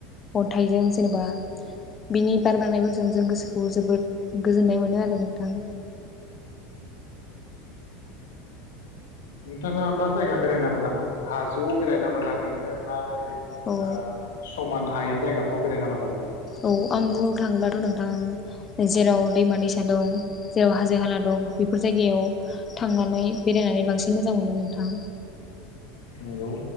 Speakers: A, on the left; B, on the left.
A: अनथाइजों जेनेबा बिनि बार बारनायफोरजों जों गोसोखौ जोबोद गोजोननाय मोनो आरो नों थां
B: नोंथाङा मा जायगा बेरायना मोजां मोनो हाजोआव बेरायना मोजां मोनो ना। बिनो आ
A: औ
B: समान हायै जायगाफोव बेरायना मोजां मोनो।
A: औ आं बुंनो थाङोब्लाथ' नों ओं जेराव दैमा दैसा दं। जेराव हाजो-हाला दं बेफोर जायगायाव थांनानै बेरायनानै बांसिन मोजां मोनो नोंथां।
B: नंगौ